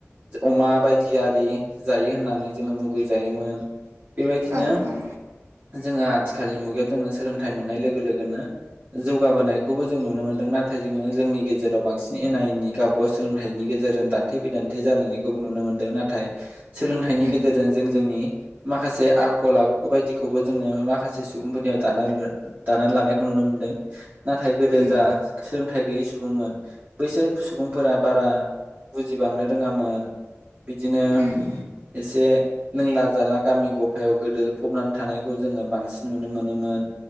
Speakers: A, on the right; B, on the right.
A: अमा बायदि आरि जायो होननानै जोङो मुगै जायोमोन। बेबायदिनो
B: औ औ
A: जोङो आथिखालनि मुगायाव जोङो सोलोंथाइ मोननाय लोगो लोगोनो जौगाबोनायखौबो जों नुनो मोन्दों नाथाय जोङो जोंनि गेजेराव बांसिन एना एनि गाबब सोलोंथाइनि गेजेरजों दान्थे बिदान्थे जालायनायखौबो नुनो मोन्दों नाथाय। सोलोंथाइनि
B: उम
A: गेजेरजों जों जोंनि माखासे आखल आखु बायदिखौबो जोङो माखासे सुबुंफोरनियाव दानानै दानानै लानायखौ नुनो मोनदों नाथाय गोदो
B: उम
A: जा सोलोंथाइ गै सुबुंमोन बैसोर सुबुंफोरा बारा बुजिबांनो रोङामोन। बिदिनो
B: उम
A: एसे लोंला जाला गामि गफायाव गोदो फबनानै थानायखौ जोङो बांसिन नुनो मोनोमोन।